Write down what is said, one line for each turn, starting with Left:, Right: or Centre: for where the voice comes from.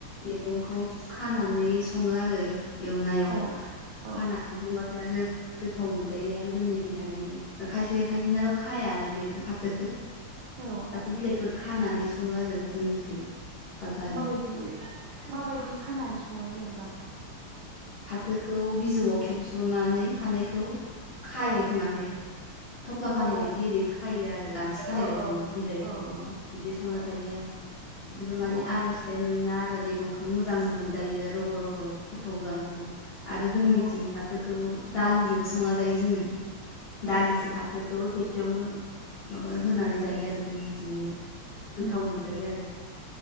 Left: मैगंखौ खानानै नै सङो आरो एवनायाव
Right: औ औ
Left: खानानै संबाथाय आरो गोथाव मोनजायो आरो जोंनि खैजाय बिदि दा खायसे खायसेनाथ' खाया आरो मैगं फाथोखो
Right: औ
Left: फाथो बिलाइखौ खानानै सङो आरो जोंनिखै फाजायाव
Right: माबायदि माबायदि खानानै सङो जेनेबा
Left: फाथोखौ बिजौआव खेबस'नानै खानायखौ खायोखोमालै
Right: औ
Left: थफ्ला खानाय
Right: औ
Left: बायदि ओरै खायो आरो गान्थि खानाय
Right: औ
Left: बायदि
Right: औ
Left: बिलाइखौ
Right: औ
Left: बिदि संना
Right: औ
Left: जायो आरो बिदिबा माने
Right: औ
Left: आलाय सिलाय मोना आरो मैगंखौ मोजां मोनजायो रग' रग' गोथाव जानो मोनो आरो जोंनिथिं
Right: औ
Left: फाथोखौ दालिजोंबो संना जायो जोङो दालिजों
Right: औ
Left: फाथोखौ खेबसेयावनो माबा होनानै जायो आरो जोंनिथिंनिया गोथाव
Right: उम
Left: मोनजायो आरो